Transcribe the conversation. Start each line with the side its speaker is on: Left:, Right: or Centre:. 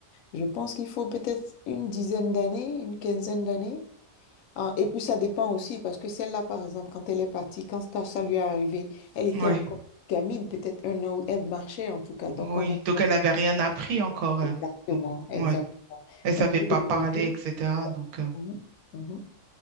Left: je pense qu'il faut peut-être une dizaine d'années, une quinzaine d'années. Ah, et puis ça dépend aussi, parce que celle-là, par exemple, quand elle est partie, quand ça, ça lui est arrivé, elle était
Right: Mm. Ouais,
Left: encore gamine, peut-être un an, où elle marchait en tout cas. Donc
Right: oui.
Left: on va pas
Right: Donc, elle
Left: dire
Right: avait rien appris encore. euh,
Left: exactement,
Right: donc,
Left: exactement.
Right: ouais. Elle savait
Left: Mais pour
Right: pas
Left: des
Right: parler,
Left: adultes,
Right: etc.
Left: ouais.
Right: Donc, euh,
Left: Mhm, mhm.